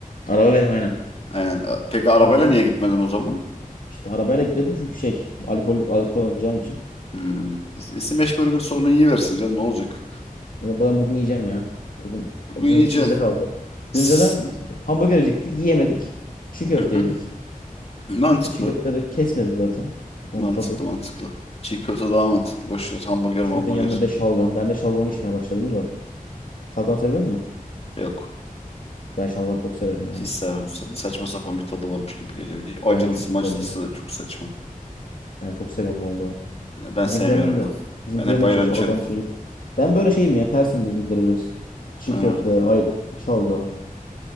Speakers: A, on the left (about 70°); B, on the left (about 45°).
A: Araba benim aynen.
B: Aynen. A- Peki arabayla
A: O,
B: niye
A: o-
B: gitmedin o zaman?
A: işte arabayla gitmedim çünkü şey alkol alkol alacağım için.
B: Hmm. İsim beş burger sonra iyi versin canım ne olacak?
A: Ya Ben bugün yiyeceğim ya. Bugün
B: Bugün yiyeceksin.
A: dün içimizde kaldı.
B: Tıs.
A: Dün zaten işte hamburger yiyecektik, yiyemedik. Çiğ köfte
B: Hı hı.
A: yedik.
B: Mantıklı.
A: E, Çiğ köfteleri kesmedi zaten.
B: Mantıklı
A: Onun tadı.
B: mantıklı. Çiğ köfte daha mantıklı. Boş ver. Hamburger
A: Çiğ
B: hamburger.
A: köftenin yanına bir de şalgam. Ben de şalgam içmeye başladım da. Şalgam seviyor musun?
B: Yok.
A: Ben şalgam çok severim ya.
B: Hiç sevmem. Sa- saçma sapan bir tadı varmış gibi geliyor. Bir de Acılısı
A: Bence çok
B: macılısı
A: güzel ya.
B: da çok saçma.
A: Yani çok seviyorum valla.
B: Yani ben
A: Bizimkilerin
B: sevmiyorum
A: de
B: ya.
A: bizimkilerin
B: Ben hep ayran
A: de hiç
B: içerim.
A: şalgam şey yok. Ben böyle şeyim ya tersim bizimkileri biraz. Çiğ
B: Ha.
A: köfte, ay şalgam.